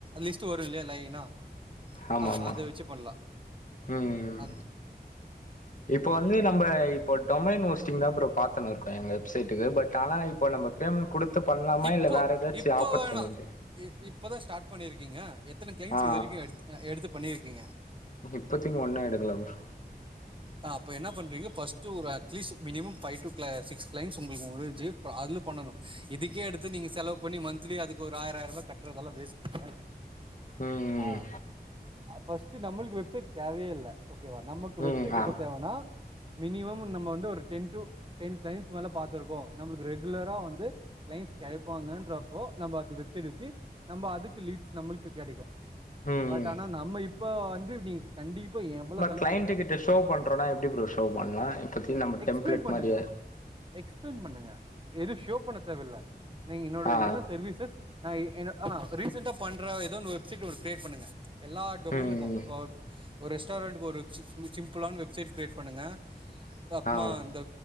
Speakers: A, on the right; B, on the left.
A: லிஸ்ட் வரு இல்லயா லைனா
B: ஆமாமா
A: ஆ அத வச்சு பண்லா
B: ம்‌ ம்
A: அந்
B: இப்ப வந்து நம்ப இப்போ டொமைன் வொஸ்ட்டிங்தா ப்ரோ பாத்துணுருக்கோ எங்க வெப்சைட்டுக்கு பட் ஆனா இப்ப நம்ப பேமெண்ட் குடுத்து பண்லாமா
A: இப்போ
B: இல்ல வேற எதாச்சு
A: இப்போ
B: ஆப்பர்ச்சுனிட்டி
A: வேணா இ இப்பதா ஸ்டார்ட் பண்ணிருக்கீங்க எத்தன க்ளைண்ட்ஸ்
B: ஆ
A: இது வரைக்கு எடு எடுத்து பண்ணிருக்கீங்க
B: இப்பதிக்கி ஒன்னு எடுக்கல ப்ரோ
A: ஆ அப்போ என்னா பண்றீங்க ஃபஸ்டு ஒரு அட்லீஸ் மினிமம் ஃபைவ் டூ க்ள சிக்ஸ் க்ளைண்ட்ஸ் உங்களுக்கு முடிஞ்சு ப்றோ அதுல பண்ணணு இதுக்கே எடுத்து நீங்க செலவு பண்ணி மன்த்லி அதுக்கு ஒரு ஆயராய்ரூபா கட்றதெல்லா வேஸ்ட்டு
B: ம்
A: ஆ ஃபஸ்ட்டு நம்மளுக்கு வெப்சைட் தேவயே இல்ல ஓ கேவா நமக்கு வெப்சைட்
B: ம்
A: எப்ப
B: ஆ
A: தேவனா மினிமம் நம்ம வந்து ஒரு டென் டூ டென் க்ளைண்ட்ஸ் மேல பாத்துருக்கோ நம்மளுக்கு ரெகுலரா வந்து க்ளைண்ட்ஸ் கெடைப்பாங்கன்றப்போ நம்ப அது வெப்சைட் வச்சு நம்ப அதுக்கு லீட்ஸ் நம்ளுக்கு கெடைக்கு
B: ம்
A: பட் ஆனா நம்ம இப்ப வந்து நீ கண்டிப்பா எவ்ள
B: க்ளைண்ட்டு கிட்ட ஷோ பண்றோனா எப்டி ப்ரோ ஷோ பண்லா இப்பத்தி நம்ப
A: எக்ஸ்பிளைன்
B: டெம்ப்ளேட்
A: பண்ணுங்க
B: மாரி
A: எக்ஸ்பிளைன் பண்ணுங்க எது ஷோ பண்ண தேவல்ல நீங்க என்னோட
B: ஆ
A: என்னென்ன சர்வீசஸ் ஆ எ ஆ ரீசெண்ட்டா பண்ற எதோ ஒன்னு வெப்சைட் ஒரு கிரியேட் பண்ணுங்க எல்லா டொமைனுக்கு
B: ம்
A: இப்போ ஒரு ரெஸ்டாரண்ட்டுக்கு ஒரு சிம்பிளான வெப்சைட் கிரியேட் பண்ணுங்க அப்பமா
B: ஆ
A: இந்த